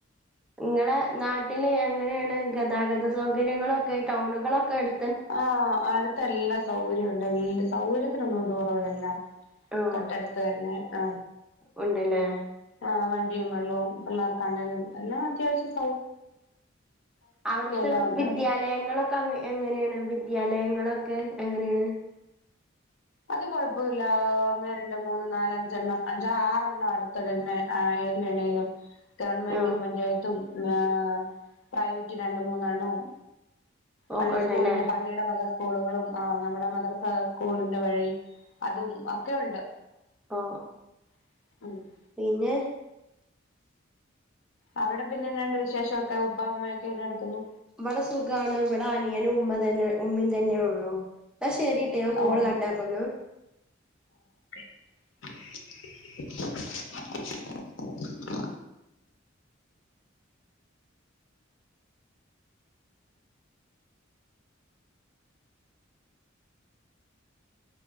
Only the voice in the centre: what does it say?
ഇങ്ങളെ നാട്ടില് എങ്ങനെ <unintelligible> ഗതാഗത സൗകര്യങ്ങളൊക്കെ ടൗണുകളൊക്കെ എടു
ഓ
ഉണ്ടല്ലേ
അവിടത്തെ
വിദ്യാലയങ്ങളൊക്കെ അ എങ്ങനേണ് വി ദ്യാലയങ്ങളൊക്കെ എങ്ങനേണ്?
ഓ
ഓക്കണ്ടല്ലേ
ഓ
പിന്നെ
ഇവടെ സുഖാണ്. ഇവടെ അനിയനും ഉമ്മ തന്നെ ഉമ്മിം തന്നെയുള്ളൂ. ന്നാ ശരി ട്ടോ. ഞാൻ കോള്
കട്ടാകുന്നു.